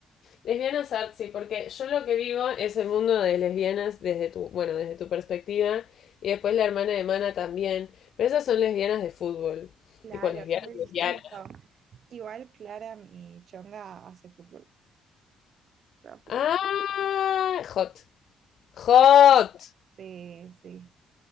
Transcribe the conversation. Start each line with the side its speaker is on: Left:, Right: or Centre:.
Left: Lesbianas artsy, porque yo lo que vivo es el mundo de lesbianas desde tu, bueno, desde tu perspectiva, y después la hermana de Mana también, pero esas son lesbianas de fútbol.
Right: Claro,
Left: Tipo, lesbianas,
Right: es muy
Left: lesbianas.
Right: distinto. Igual Clara, mi chonga, hace fútbol. Juega fútbol.
Left: Ah, hot. Hot.
Right: Sí, sí,